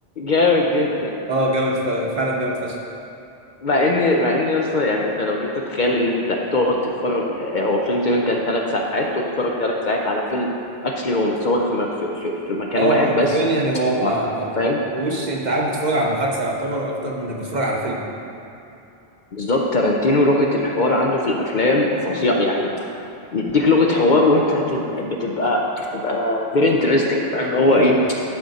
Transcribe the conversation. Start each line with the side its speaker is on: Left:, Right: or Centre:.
Left: جامد جدا
Right: اه جامد ف... فعلا جامد فشخ
Left: مع إني مع إني يا اسطى يعني أنت لو جيت تتخيل إن أنت تقعد تتفرج آه، هو فيلم تقريبا كان ثلاث ساعات تقعد تتفرج ثلاث ساعات على فيلم اكشلي هو متصور في, م... في, في, في مكان
Right: اه
Left: واحد
Right: حرفيا
Left: بس
Right: يعني هو ما
Left: مع
Right: ما
Left: فاهم
Right: ما هوش انت قاعد بتتفرج على المحادثه يعتبر اكتر من انك بتتفرج على فيلم
Left: بالظبط تارانتينو لغة الحوار عنده في الأفلام فظيع يعني يديك لغه حوار وانت هتبقى بتبقى بتبقى فيري انترستنج فاهم اللي هو
Right: اه
Left: ايه